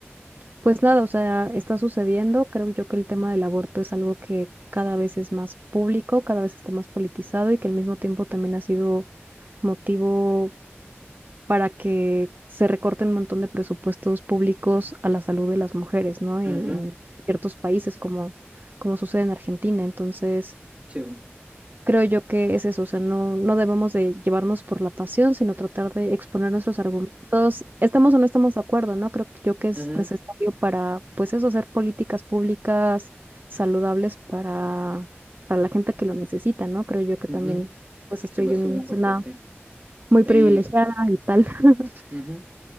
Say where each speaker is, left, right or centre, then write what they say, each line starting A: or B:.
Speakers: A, on the right (about 45°); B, on the right (about 30°).
A: pues nada, o sea, está sucediendo. Creo yo que el tema del aborto es algo que cada vez es más público, cada vez está más politizado y que al mismo tiempo también ha sido motivo para que se recorten un montón de presupuestos públicos a la salud de las mujeres, ¿no? En,
B: Ajá,
A: en ciertos países como, como sucede en Argentina. Entonces,
B: sí,
A: Creo yo que es eso, o sea, no, no debemos de llevarnos por la pasión, sino tratar de exponer nuestros argumentos. Estamos o no estamos de acuerdo, ¿no? Creo yo que es
B: ajá,
A: necesario para, pues eso, hacer políticas públicas saludables para, para la gente que lo necesita, ¿no? Creo yo que
B: ujú.
A: también, pues estoy
B: Sí, pues
A: en
B: súper
A: una
B: importante.
A: zona muy
B: Y,
A: privilegiada y tal. <laughs>
B: ujú.